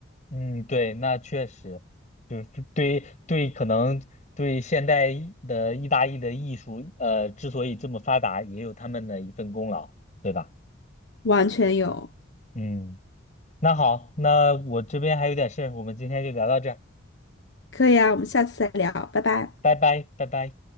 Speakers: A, on the left; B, on the left.
A: 嗯，对，那确实，就是对对，可能对现代的意大利的艺术，呃，之所以这么发达，也有他们的一份功劳，对吧？
B: 完全有。
A: 嗯，那好，那我这边还有点事儿我们今天就聊到这儿，
B: 可以啊，我们下次再聊，拜拜。
A: 拜拜，拜拜。